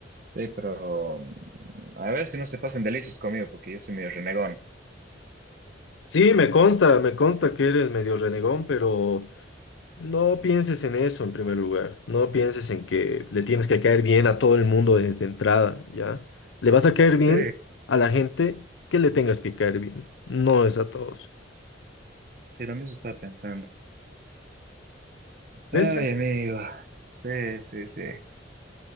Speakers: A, on the right; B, on the left.
A: Sí, pero mm, a ver si no se pasan de listos conmigo porque yo soy medio renegón.
B: Sí, me consta, me consta que eres medio renegón, pero no pienses en eso en primer lugar. No pienses en que le tienes que caer bien a todo el mundo desde entrada, ¿ya? Le vas a caer bien
A: Sí,
B: a la gente que le tengas que caer bien, no es a todos.
A: sí, lo mismo estaba pensando.
B: ¿Ves?
A: Ay, amigo. Sí, sí, sí.